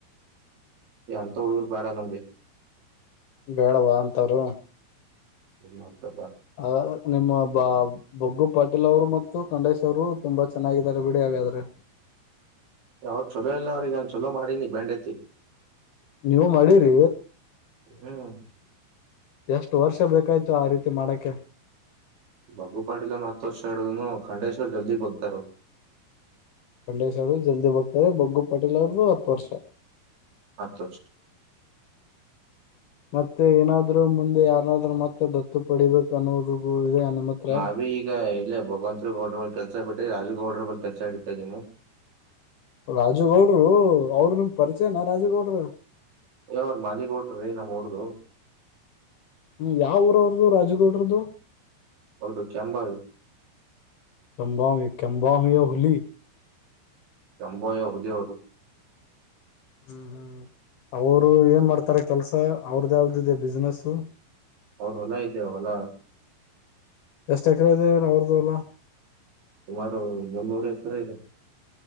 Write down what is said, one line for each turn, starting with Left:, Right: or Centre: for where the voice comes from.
Right: ಏ ಅಂತ ಹುಡುಗರ ಬೇಡ ನಮ್ಗೆ
Left: ಬೇಡವಾ ಅಂತವರು
Right: ನಿ ಒಂತಲ್ಲ
Left: ಹಾಗ ನಿಮ್ಮ ಬಾ ಬೊಗ್ಗು ಪಾಟೀಲ್ ಅವರು ಮತ್ತು ಖಂಡೇಶ್ ಅವರು ತುಂಬಾ ಚೆನ್ನಾಗಿದ್ದಾರೆ ಬಿಡಿ, ಹಾಗಾದ್ರೆ
Right: ಯಾವ್ರ ಚೊಲೋ ಇಲ್ಲ ಅವ್ರಿಗೆ ನಾನ ಚೊಲೋ ಮಾಡಿನಿ ಬ್ಯಾಂಡೆತಿ
Left: ನೀವು ಮಾಡಿರಿ
Right: ಹ್ಮ್
Left: ಎಷ್ಟು ವರ್ಷ ಬೇಕಾಯ್ತು ಆ ರೀತಿ ಮಾಡಕ
Right: ಬಬು ಪಾಟೀಲನ್ ಹತ್ತು ವರ್ಷ ಹಡ್ದನು ಖಂಡೇಶ್ವರ್ ಜಲ್ದಿ ಬೋಗತಾರ ಅವರು
Left: ಖಂಡೇಶ್ ಅವರು ಜಲ್ದಿ ಬಕ್ತಾರೆ ಬಗ್ಗು ಪಾಟೀಲ್ ಅವ್ರ್ದು ಹತ್ ವರ್ಷ
Right: ಆತ
Left: ಮತ್ತೆ ಏನಾದ್ರು ಮುಂದೆ ಯಾರನಾದ್ರು ಮತ್ತ ದತ್ತು ಪಡಿಬೇಕು ಅನ್ನುವುದು ಇದೆ. ನಿಮ್ಮ ಹತ್ರ
Right: ನಾ ಭಿ ಈಗ ಇಲ್ಲ ಭಗವಂತ ಗೌಡ್ರ ಬ ಕೆಲಸ ಬಿರಿ ರಾಜುಗೌಡ್ರ ಬಲ್ ಕೆಲ್ಸ ಹಿಡತಾ ಇದೀನಿ.
Left: ರಾಜುಗೌಡರು ಅವರು ನಿಮ ಪರಿಚಯನ ರಾಜುಗೌಡರು
Right: ಯ ಅವ್ರ ಮಲಿಗ್ ಟ್ರೀ ನಮಮ್ಮ ಊರ್ದು
Left: ಹ್ಮ್ ಯಾವ ಊರವ್ರದದು ರಾಜಗೌಡ್ರದದು.
Right: ಹೊರದು ಕೆಯಾಮಂಬಾವ
Left: ಕೆಂಬ ಕೆಂಬಾ ಹ ಹೊಲ
Right: ಎಂಬೋಯಾ ಹುಲಿಯರು
Left: ಹ್ಮ್ ಹ್ಮ್ ಅವರು ಏನ್ ಮಾಡ್ತಾರೆ ಕೆಲ್ಸ ಅವ್ರ್ದ ಯಾವ್ದದೆ ಬಿಸ್ನೆಸು
Right: ಅವ ಹೊಲ ಇದೆ ಹೊಲ
Left: ಎಷ್ಟ ಎಕರೆ ಇದೇವ್ರ ಅವ್ರದು ಅಲ್ಲ.
Right: ಸುಮಾರು ಇನ್ನೂರ ಐತರ ಇದೆ.